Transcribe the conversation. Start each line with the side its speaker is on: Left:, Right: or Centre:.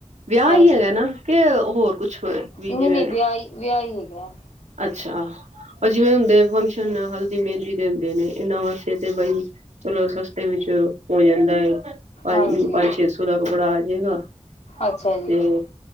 Right: ਵਿਆਹ
Left: ਹਾਂਜੀ
Right: ਈ ਹੈਗਾ ਨਾ ਕਿ ਹੋਰ ਕੁਛ ਹੋ ਵੀ
Left: ਨਹੀਂ
Right: ਜਿਵੇਂ,
Left: ਨਹੀਂ ਵਿਆਹੀ ਵਿਆਹੀ ਹੈਗਾ
Right: ਅੱਛਾ ਜਿਵੇਂ ਹੁੰਦੇ ਫੰਕਸ਼ਨ ਹਲਦੀ ਮਹਿੰਦੀ ਦੇ ਹੁੰਦੇ ਨੇ ਇਹਨਾਂ ਵਾਸਤੇ ਤੇ ਬਈ। ਚਲੋ, ਸਸਤੇ ਵਿੱਚ ਹੋ ਜਾਂਦਾ ਏ। ਪੰਜ,
Left: ਹਾਂਜੀ
Right: ਪੰਜ-ਛੇ ਸੌ ਦਾ ਕੱਪੜਾ ਆ ਜਾਏਗਾ
Left: ਅੱਛਾ ਜੀ
Right: ਤੇ।